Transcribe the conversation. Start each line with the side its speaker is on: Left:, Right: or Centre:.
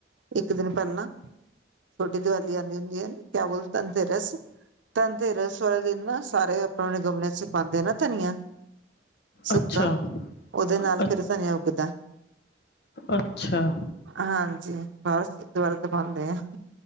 Right: ਇੱਕ ਦਿਨ ਪੈਲਾਂ ਛੋਟੀ ਦੀਵਾਲੀ ਆਂਦੀ ਹੁੰਦੀ ਐ ਨਾ, ਕੇਆ ਬੋਲ ਧਨ ਤੇਰਸ ਧਨਤੇਰਸ ਵਾਲੇ ਦਿਨ ਨਾ ਪੁਰਾਣੇ ਗਮਲਿਆਂ 'ਚ ਪਾਂਦੇ ਆ ਨਾ ਧਨੀਆ ਸੁੱਕਾ।
Left: ਅੱਛਾ
Right: ਓਦੇ ਨਾਲ
Left: ਅ
Right: ਫਿਰ ਧਨਿਆ ਉੱਗਦਾ।
Left: ਅੱਛਾ।
Right: ਹਾਂਜੀ, ਬਸ ਦੀਵਾਲ਼ੀ ਤੇ ਪਾਂਦੇ ਐ,